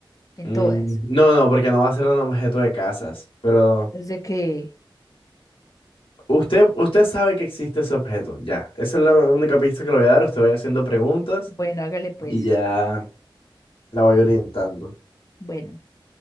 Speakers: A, on the left; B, on the left.
A: en
B: Mm,
A: todas.
B: no, no, porque no va a ser un objeto de casas. Pero
A: Desde que,
B: usted, usted sabe que existe ese objeto. Ya, esa es la única pista que le voy a dar. Usted vaya haciendo preguntas
A: bueno, hágale pues.
B: y ya. La voy orientando.
A: Bueno,